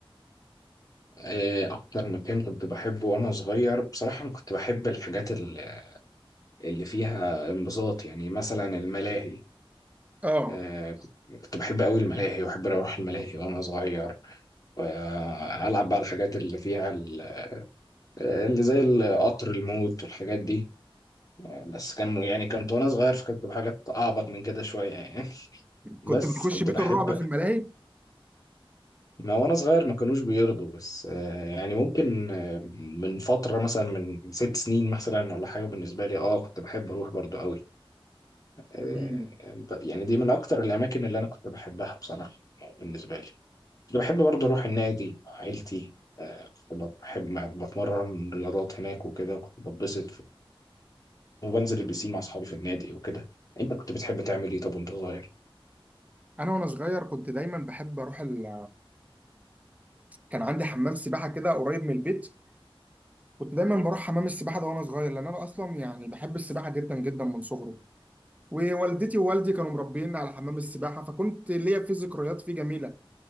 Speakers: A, on the left; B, on the right.
A: آه، أكتر مكان كنت بحبه وأنا صغير بصراحة أنا كنت بحب الحاجات ال- اللي فيها انبساط يعني مثلا الملاهي
B: آه
A: آه، كنت بحب أوي الملاهي وأحب أروح الملاهي وأنا صغير وألعب بقى الحاجات اللي فيها ال- اللي زي القطر الموت والحاجات دي آه، بس كان يعني كنت وانا صغير فكنت بحاجات اعبط من كده شويه يعني بس
B: كنت بتخش
A: كنت
B: بيت
A: بحب
B: الرعب في الملاهي؟
A: ما وانا صغير ما كانوش بيرضوا بس آه، يعني ممكن آه، من فترة مثلا من ست سنين مثلا ولا حاجة بالنسبة لي اه كنت بحب اروح برضو قوي آه،
B: مم.
A: ب- يعني دي من اكتر الاماكن اللي انا كنت بحبها بصراحة آه، بالنسبة لي كنت بحب برضو اروح النادي مع عيلتي آه، كنت بحب بتمرن رياضات هناك وكده كنت بتبسط وبنزل البسين مع اصحابي في النادي وكده انت كنت بتحب تعمل ايه طب وانت صغير؟
B: أنا وأنا صغير كنت دايما بحب أروح ال... كان عندي حمام سباحة كده قريب من البيت كنت دايما بروح حمام السباحه ده وانا صغير لان انا اصلا يعني بحب السباحه جدا جدا من صغري ووالدتي ووالدي كانوا مربيني على حمام السباحه فكنت ليا فيه ذكريات فيه جميله